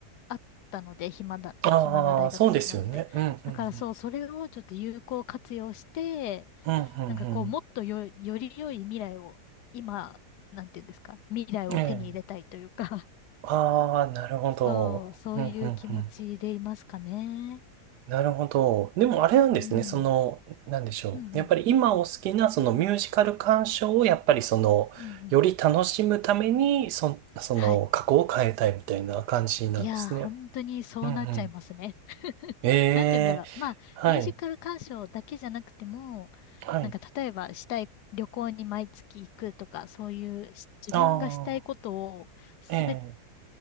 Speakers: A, on the left; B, on the right.
A: あったので、暇だ、
B: ああ、
A: 暇な大学生なので。
B: そうですよね。うん、うん、
A: だからそう、
B: うん。
A: それをちょっと有効活用して、
B: うん、うん、
A: なんかこう、
B: うん。
A: もっとよ、より良い未来を、今、なんていうんですか、未来を手に入れたいというか、
B: ええ。ああ、なるほど。
A: <laughs> そう、そういう気持ちでいますかね。
B: うん、うん、うん。なるほど。でもあれなんですね。
A: うん。
B: その、なんでしょう。
A: うんうん。
B: やっぱり今お好きなそのミュージカル鑑賞をやっぱりその、
A: うんうん。
B: より楽しむために、そ、その過去を変えたいみたいな感じなんですね。
A: はい。いやー、本当にそうなっちゃいますね。
B: うん、うん。
A: <laughs>
B: え
A: なんて言うんだろう。
B: え、
A: まあ、
B: はい。
A: ミュージカル鑑賞だけじゃなくても、
B: はい。
A: なんか例えばしたい旅行に毎月行くとか、そういうし自分がしたいことをすべ
B: ああ、ええ、